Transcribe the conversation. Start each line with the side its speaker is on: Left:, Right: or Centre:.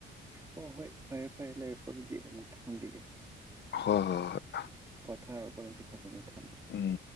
Right: ꯍꯣ ꯍꯣꯏ ꯐꯔꯦ ꯐꯔꯦ ꯂꯩꯔꯣꯀꯣ ꯑꯗꯨꯗꯤ ꯑꯃꯨꯛ ꯊꯝꯈꯤꯒꯦ
Left: ꯍꯣ ꯍꯣꯏ ꯍꯣꯏ
Right: ꯄꯣꯊꯥꯔꯣꯀꯣ ꯅꯪꯁꯨ ꯐꯖꯅ ꯊꯝꯃꯣ
Left: ꯎꯝ